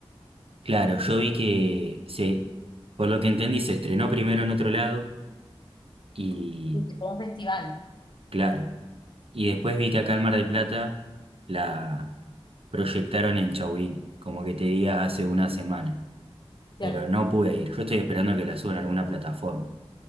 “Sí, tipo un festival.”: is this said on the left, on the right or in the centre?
Left